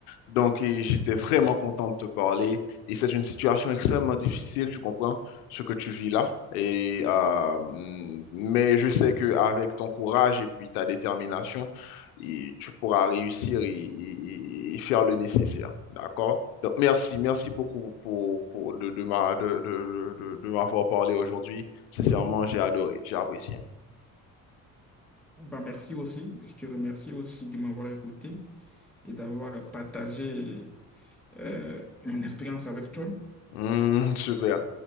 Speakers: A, on the left; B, in the centre.
A: Donc, et j'étais vraiment content de te parler. Et c'est une situation extrêmement difficile, tu comprends, ce que tu vis là. Et, euh, mais je sais qu'avec ton courage et puis ta détermination, et tu pourras réussir et, et- et faire le nécessaire. D'accord? Donc, merci, merci beaucoup pour, pour de, de ma, de, de, de, de m'avoir parlé aujourd'hui. Sincèrement, j'ai adoré, j'ai apprécié.
B: Bah, merci aussi. Je te remercie aussi de m'avoir écouté et d'avoir partagé euh, mon expérience avec toi.
A: Hum, super,